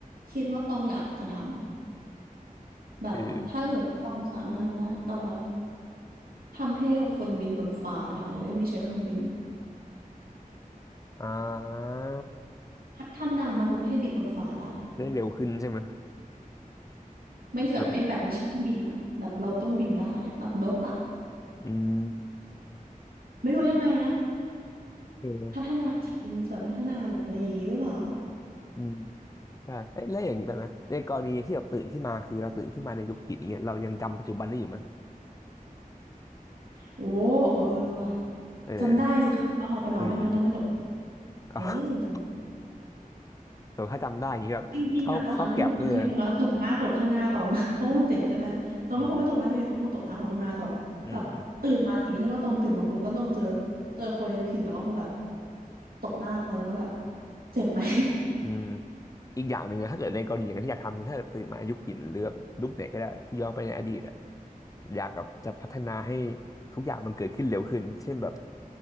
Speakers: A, on the right; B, on the left.
A: คิดว่าตองอยากจะทำแบบถ้าเกิดตองสามารถทำได้ตองแบบ
B: คือ
A: ทำให้กับคนบินบนฟ้าได้โดยไม่ใช้เครื่องบิน
B: อ่า
A: พัฒนามนุษย์ให้บินบนฟ้าได้
B: ได้เร็วขึ้นใช่ไหม
A: ไม่แบบไม่แบบไม่ใช่เครื่องบินอ่ะแบบเราต้องบินได้อ่ะแบบนกอ่ะ
B: แบบอืม
A: ไม่รู้ยังไงนะ
B: เออ
A: พัฒนาจีนแบบพัฒนาแบบอะไรอย่างงี้หรือเปล่า
B: อืมใช่เอ้ยแล้วอย่างนี้แบบนะในกรณีที่แบบตื่นขึ้นมาคือเราตื่นขึ้นมาในยุคหินอย่างเงี้ยเรายังจำปัจจุบันได้อยู่ไหม
A: โอ้เออว่ะ
B: เออ
A: จำได้สิค่ะว่าเราไปแล้วไม่งั้นต้องไม่ตก
B: อืม <laughs>
A: เออจ
B: แต่ถ้าจำได้อย่างนี้แบบเข้าเข้าแก็บนี่เลย
A: ำจริงๆอะตองอาจจะไม่ตบหน้าตัวเองตองอะตบหน้าคนข้างหน้าตอง <laughs> เพราะมันเจ็บใช่ไหมตองไม่คงไม่ตบหน้าตัวเองตองคงตบหน้าคนข้างหน้าตองแบบตื่นมาอย่างนี้ฉันว่าตองตื่นมาปุ๊บแล้วตองเจอ
B: อืมอืม
A: เจอคนอายุเข็นตองก็คงแบบตบหน้าเขาแล้วก็แบบเจ็บไหม
B: อืมอีกอย่างหนึ่งนะถ้าเกิดในกรณีอย่างนั้นที่อยากทำคือถ้าเกิดตื่นมายุคหินหรือแบบยุคไหนก็ได้ที่ย้อนไปในอดีตอะอยากแบบจะพัฒนาให้ทุกอย่างมันเกิดขึ้นเร็วขึ้นเช่นแบบ